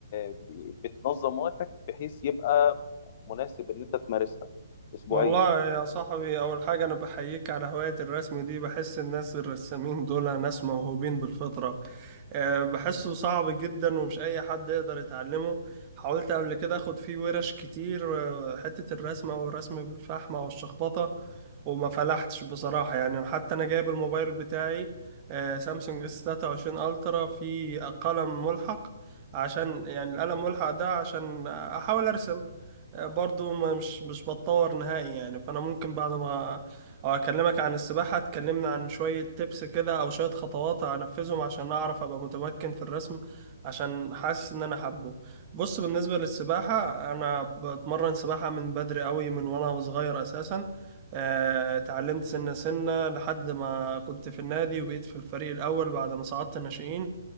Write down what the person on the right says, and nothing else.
والله يا صاحبي اول حاجة انا بحييك على هواية الرسم دي بحس الناس الرسامين دول ناس موهوبين بالفطرة أه، بحسه صعب جدا ومش اي حد يقدر يتعلمه حاولت قبل كده اخد فيه ورش كتير أه، حتة الرسمة والرسم بالفحمة والشخبطة وما فلحتش بصراحة يعني أنا حتى أنا جايب الموبايل بتاعي آه، سامسونج اس 23 ألترا في قلم ملحق عشان يعني القلم ملحق ده عشان أحاول أرسم آه، برضو ما- مش مش بتطور نهائي يعني فانا ممكن بعد ما او اكلمك عن السباحة تكلمنا عن شوية تبس كده او شوية خطوات هنفذهم عشان اعرف ابقى متمكن في الرسم عشان حاسس ان انا حابه بص بالنسبة للسباحة انا بتمرن سباحة من بدري قوي من وانا صغير اساسا آه، اتعلمت سنة سنة لحد ما كنت في النادي وبقيت في الفريق الأول بعد ما صعدت الناشئين